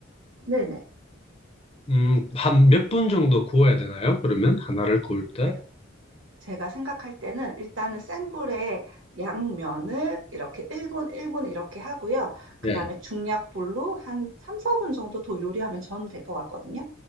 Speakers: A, on the right; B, on the left.
A: 네네.
B: 음, 한 몇 분 정도 구워야 되나요? 그러면 하나를 구울 때?
A: 네, 제가 생각할 때는 일단은 센 불에 양면을 이렇게 1분, 1분 이렇게 하고요. 그
B: 예.
A: 다음에 중약불로 한 3, 4분 정도 더 요리하면 저는 될 것 같거든요.